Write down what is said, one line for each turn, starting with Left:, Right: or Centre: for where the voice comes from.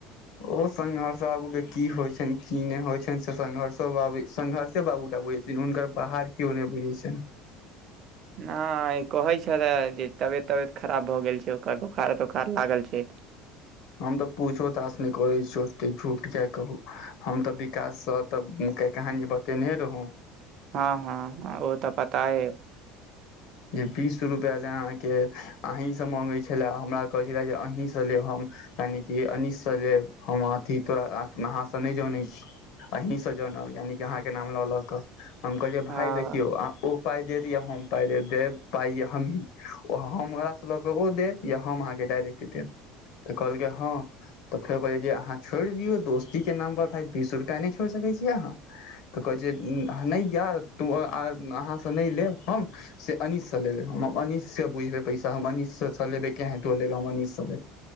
Left: ओ संघर्ष बाबू के की होय छैन्ह की नय होय छैन्ह से संघर्षो बाबू संघर्षे बाबूटा बुझै छथिन हुनकर बाहर केओ नय बुझै छनि।
Right: हँ आइ कहै छलेय जे तबियत तबियत खराब भऽ गेल छै ओकर बोखार तोखार लागल छै।
Left: हम तऽ पूछो ताछ नय करै छियै ओते झूठ किये कहू। हम तऽ विकास सँ तऽ के कहानी बतेनहे रहु
Right: हँ हँ हॅं ओ तऽ पताये
Left: <inaudible> जे बीस रुपया ले अहाँके अहीं से मांगैय छलेय हमरा कहै छलेय जे अहीं सँ लेब हम यानि की अनिश सँ लेब हम अथी तोरा अहाँ से नय जनै छी अहींसँ जनब यानि कि अहाँके नाम लऽ लऽ कऽ हम कहलियै
Right: हँ
Left: भाय देखियौ अहाँ ओ पाइ देत या हम पाइ दे देब पाइ हमहीं ओ हमरा सँ लऽ कऽ ओ देत या हम अहाँके डायरेक्ट देब तऽ कहलकै हँ तऽ फेर कहलियै जे अहाँ छोड़ि दियौ दोस्ती के नाम पर भाय बीस रुपैया नय छोड़ि सकैय छियै अहाँ तऽ कहै छै नहि यार तू अ अहाँ से नय लेब हम से अनिश सँ लेबै हम अनिश से बुझबै पैसा हम अनिश सँ लेबै केनाहितो लेबै हम अनीश सँ लेबै